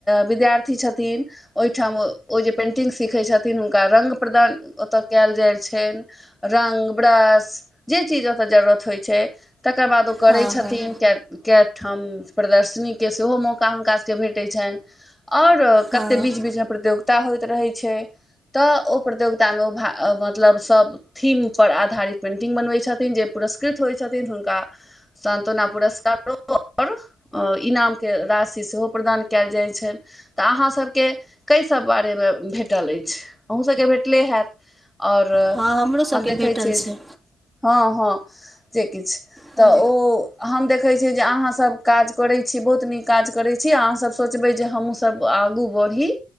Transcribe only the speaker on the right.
हँ हँ
हँ
हँ हमरो सभके
भेटल
छै
हँ